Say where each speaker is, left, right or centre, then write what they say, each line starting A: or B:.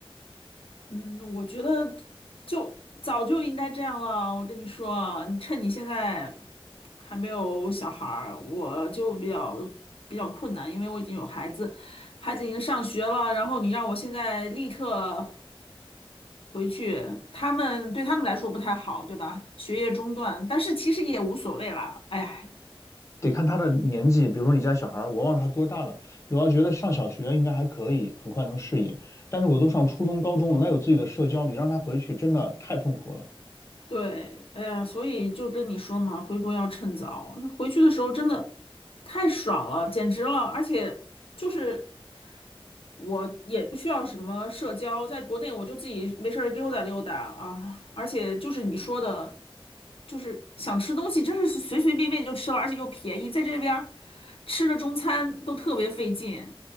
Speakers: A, on the left; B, on the left.
A: 嗯，我觉得就早就应该这样了。我跟你说啊你趁你现在还没有小孩儿，我就比较比较困难，因为我已经有孩子，孩子已经上学了，然后你让我现在立刻回去，他们对他们来说不太好，对吧？学业中断，但是其实也无所谓啦。哎呀
B: 得看他的年纪，比如说你家小孩儿，我忘了他多大了。我要觉得上小学应该还可以，很快能适应。但是我都上初中、高中了，那有自己的社交，你让他回去真的太痛苦了。
A: 对，哎呀，所以就跟你说嘛，回国要趁早。回去的时候真的太爽了，简直了！而且就是我也不需要什么社交，在国内我就自己没事儿溜达溜达啊。而且就是你说的，就是想吃东西，真是随随便便就吃了，而且又便宜，在这边儿吃的中餐都特别费劲，